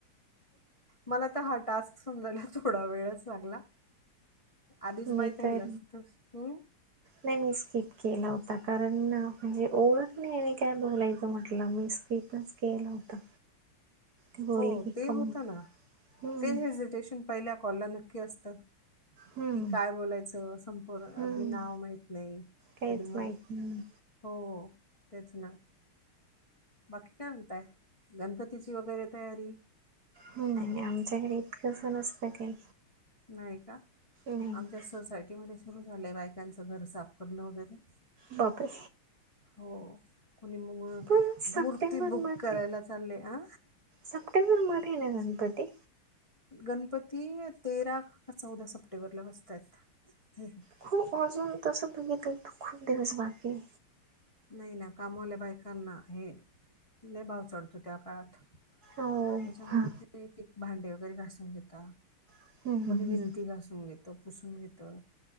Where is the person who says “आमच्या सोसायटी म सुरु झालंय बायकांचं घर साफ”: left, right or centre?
Left